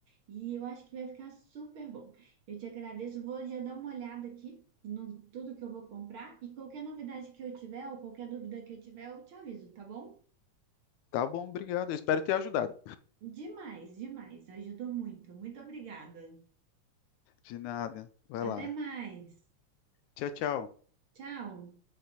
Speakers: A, on the right; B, on the left.
A: E eu acho que vai ficar super bom. Eu te agradeço. Vou já dar uma olhada aqui no tudo que eu vou comprar. E qualquer novidade que eu tiver, ou qualquer dúvida que eu tiver, eu te aviso, tá bom?
B: Tá bom, obrigado. Eu espero ter ajudado.
A: Demais, demais. Ajudou muito. Muito obrigada.
B: De nada. Vai
A: Até
B: lá.
A: mais.
B: Tchau, tchau.
A: Tchau.